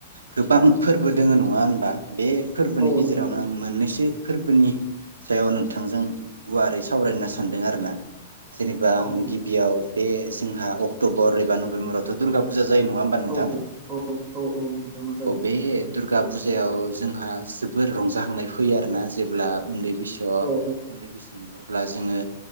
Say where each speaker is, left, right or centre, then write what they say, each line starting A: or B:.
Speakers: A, on the right; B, on the right.
A: गोबां फोरबो दोङो नङा होनबा बे फोरबोनि
B: औ
A: गेजेरावनो
B: नोंथां औ
A: आं मोननैसो फोरबोनि सायाव नों थांजों गुवारै सावरायनो सा सान्दों आरोना जेनेबा आं
B: औ नोंथां औ औ नोंथां
A: गिबियाव बे जोंहा अक्ट'बर एबा नभेम्बरावथ' दुर्गा फुजा जायो नङा होमबा नोंथां।
B: औ औ औ नोंथां औ जायो
A: अ बे दुर्गा फुजायाव जोंहा जोबोर रंजाहांनाय फैयो आरोना जेब्ला उन्दै बैसोआ
B: औ
A: उन्दै बैसोमोन औ अब्ला जोङो